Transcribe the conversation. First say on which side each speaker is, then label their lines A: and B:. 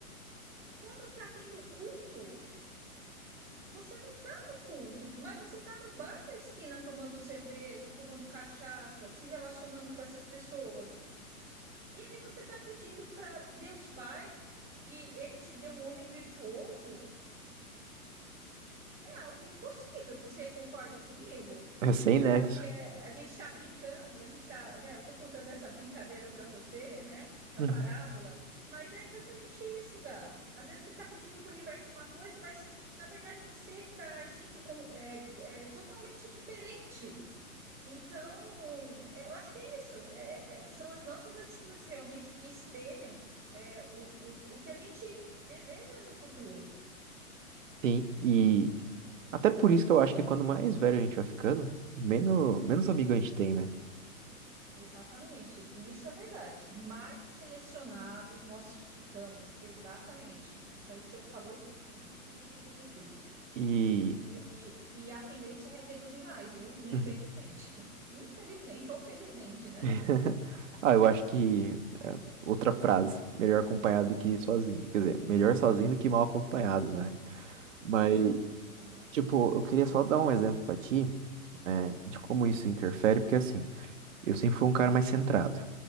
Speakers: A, on the right (about 20°); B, on the right (about 55°).
A: Quando tá tendo culto, você não tá no culto, mas você tá no bar da esquina tomando cerveja, tomando cachaça, se relacionando com essas pessoas. E aí você tá pedindo para Deus Pai que ele te dê um homem virtuoso é algo impossível. Você concorda comigo?
B: é sem
A: Então,
B: nexo.
A: acho que é, a gente está brincando, a gente está, né? Eu estou contando essa brincadeira para você, né? Essa
B: Uhum.
A: parábola, mas é exatamente isso, Gab. Às vezes você está pedindo para o universo uma coisa, mas na verdade você está agindo com, é, é totalmente diferente. Então, é, eu acho que é isso. É, é, são as nossas atitudes realmente que espelham é, o, o, o que a gente deseja no futuro.
B: Sim, e até por isso que eu acho que quando mais velho a gente vai ficando, menos, menos amigo a gente tem, né?
A: Exatamente, isso é verdade. Mais selecionado nós ficamos, exatamente. Isso aí você falou tudo, tudo, tudo, tudo.
B: E.
A: E, e, e a tendência é reduzir mais, viu? Infelizmente.
B: Uhum.
A: <laughs> Infelizmente ou felizmente, né?
B: <laughs> Ah, eu acho que. é, outra frase. Melhor acompanhado do que sozinho. Quer dizer, melhor sozinho do que mal acompanhado, né?
A: Exato,
B: Mas,
A: exato.
B: tipo, eu queria só dar um exemplo pra ti, né, de como isso interfere, porque assim, eu sempre fui um cara mais centrado.